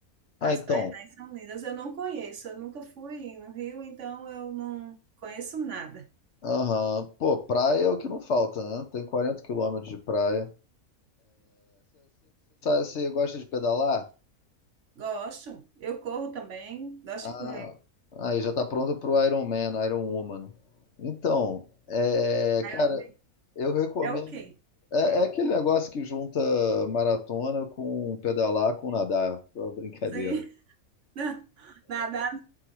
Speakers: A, on the right (about 60°); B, on the left (about 55°).
A: As
B: Ah, então.
A: praias aí são lindas. Eu não conheço, eu nunca fui no Rio, então eu não conheço nada.
B: Aham. Pô, praia é o que não falta, né? Tem 40 quilômetros de praia. Você gosta de pedalar?
A: Gosto. Eu corro também, gosto
B: Ah,
A: de correr.
B: aí já tá pronto pro Iron Man, Iron Woman. Então, é, cara,
A: Ironman.
B: eu recomendo.
A: É o quê?
B: É,
A: É
B: é
A: o
B: aquele negócio que junta maratona com pedalar com nadar. Foi uma brincadeira.
A: quê? <laughs> Nadar,